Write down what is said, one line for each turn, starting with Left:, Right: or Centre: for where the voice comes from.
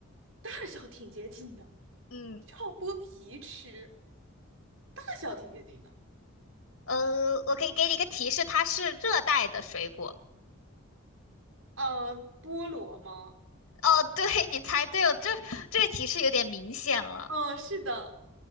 Right: 大小挺接近的，
Left: 嗯，
Right: 要剥皮吃，大小挺接近的。
Left: 呃，我可以给你一个提示，它是热带的水果。
Right: 嗯、菠萝吗？
Left: 哦，对，<laughs> 你猜对了，这这个提示有点明显了。
Right: 嗯，是的，